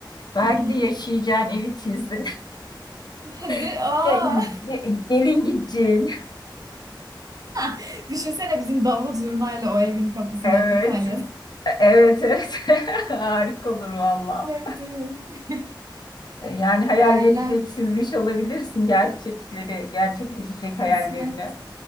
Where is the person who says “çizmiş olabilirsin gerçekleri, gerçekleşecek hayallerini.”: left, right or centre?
Left